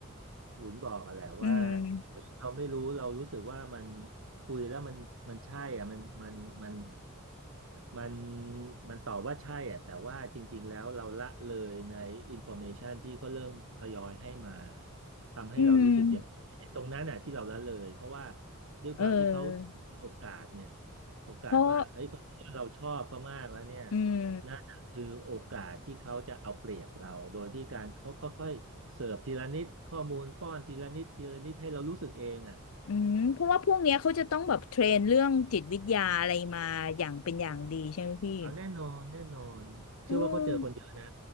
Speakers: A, on the right (about 60°); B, on the left (about 65°).
A: หุนบอกอะแหละว่า
B: อืม
A: เฮ้ยเราไม่รู้เรารู้สึกว่ามันคุยแล้วมันมันใช่อ่ะมันมันมันมันมันตอบว่าใช่อ่ะแต่ว่าจริงๆแล้วเราละเลยในอินโฟเมชันที่เขาเริ่มทยอยให้มาทำให้เรารู้สึกอย่างไอ้ตรงนั้นน่ะที่เราละเลยเพราะว่า
B: อืม
A: ด้วยความที่เขาถือโอกาสเนี่ย
B: เออ
A: โอกาสว่าเอ้ยเขาคิดว่าเราชอบเขามากแล้วเนี่ย
B: เพราะอืม
A: คือโอกาสที่เขาจะเอาเปรียบเราโดยที่การเขาค่อยๆเสิร์ฟทีละนิดข้อมูลป้อนทีละนิดทีละนิดให้เรารู้สึกเองอ่ะ
B: อืมเพราะว่าพวกเนี้ยเขาจะต้องแบบเทรนเรื่องจิตวิทยาอะไรมาอย่างเป็นอย่างดีใช่ไหมพี่
A: เอาแน่นอนแน่นอนเชื่อว่าเขาเจอคนเยอะนะ
B: เออ